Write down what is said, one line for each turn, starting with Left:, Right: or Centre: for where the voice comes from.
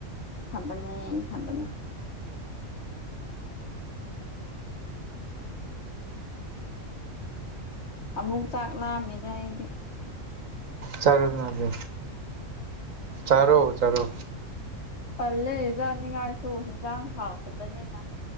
Left: ꯊꯝꯕꯅꯦ ꯊꯝꯕꯅꯦ ꯑꯃꯨꯛ ꯆꯥꯛ ꯂꯥꯝꯃꯦꯗ ꯑꯩꯗꯤ
Right: ꯆꯔꯣꯗꯅ ꯑꯗꯤ ꯆꯔꯣ ꯆꯔꯣ
Left: ꯄꯜꯂꯦ ꯖꯥꯅꯤꯡꯉꯥꯏꯁꯨ ꯍꯤꯡꯖꯥꯡ ꯍꯥꯎꯇꯕꯅꯤꯅ